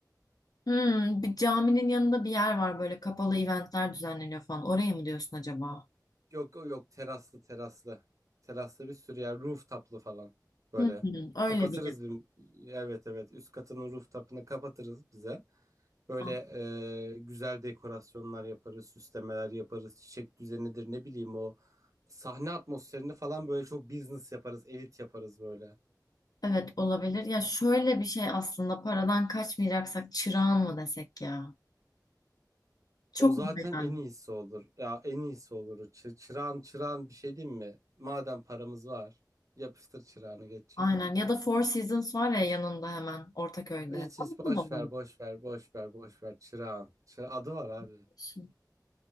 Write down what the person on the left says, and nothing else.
Hmm, bir caminin yanında bir yer var böyle kapalı eventler düzenleniyor falan. Oraya mı diyorsun acaba?
Hı hı, öyle
bir yer.
Ha,
Evet olabilir. Ya şöyle bir şey aslında paradan kaçmayacaksak çırağan mı desek ya? Çok
mu yani?
Aynen
ya da Four Seasons var ya yanında hemen Ortaköy'de.
Orada da
bulabiliyorsun.